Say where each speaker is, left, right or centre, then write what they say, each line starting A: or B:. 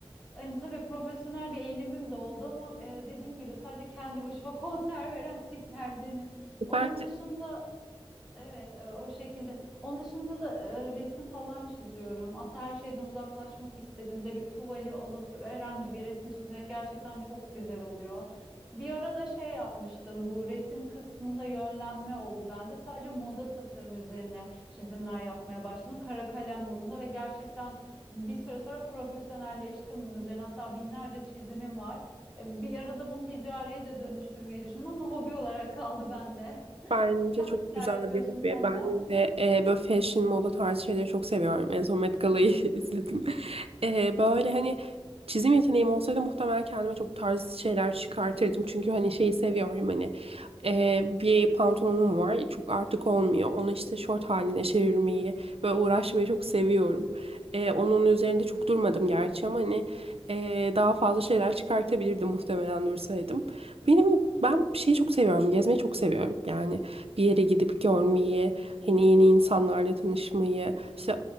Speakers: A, in the centre; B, on the right.
A: hani tabii profesyonel bir eğilimim de oldu ama e, dediğim gibi sadece kendi başıma <laughs> konser veren tiplerdenim. Onun
B: Bence
A: dışında Evet, e, o şekilde. Onun dışında da e, resim falan çiziyorum. Aslında her şeyden uzaklaşmak istediğimde bir tuvali alıp herhangi bir resim çizmek gerçekten çok güzel oluyor. Bir ara da şey yapmıştım, bu resim kısmında yönlenme oldu bende. Sadece moda tasarım üzerine çizimler yapmaya başladım. Kara kalem modunda ve gerçekten bir süre sonra profesyonelleştim bunun üzerine. Hatta binlerce çizimim var. E, Bir arada bunu ticariye de dönüştürmeyi düşündüm ama hobi olarak kaldı bende.
B: Bence
A: Sen
B: çok
A: neler
B: güzel
A: yapıyorsun
B: bir hobi.
A: bu konuda?
B: Ben de e, böyle fashion, moda tarzı şeyleri çok seviyorum. En son Met Gala'yı <laughs> izledim. E, böyle hani çizim yeteneğim olsaydı muhtemelen kendime çok tarz şeyler çıkartırdım. Çünkü hani şeyi seviyorum hani e, bir pantolonum var. Çok artık olmuyor. Onu işte şort haline çevirmeyi ve uğraşmayı çok seviyorum. E, onun üzerinde çok durmadım gerçi ama hani e, daha fazla şeyler çıkartabilirdim muhtemelen dursaydım. Benim ben şeyi çok seviyorum. Gezmeyi çok seviyorum. Yani bir yere gidip görmeyi, hani yeni insanlarla tanışmayı. İşte